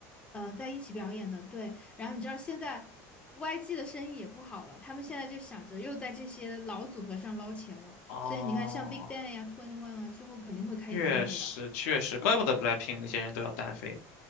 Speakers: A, on the left (about 15°); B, on the left (about 80°).
A: 呃，在一起表演的。对，然后你知道现在 YG 的生意也不好了，他们现在就想着又在这些老组合上捞钱了。
B: 哦，
A: 所以你看，像 Big Bang 呀、Twenty One 啊，之后肯定会开演唱会的。
B: 确实确实，怪不得 BLACKPINK 那些人都要单飞，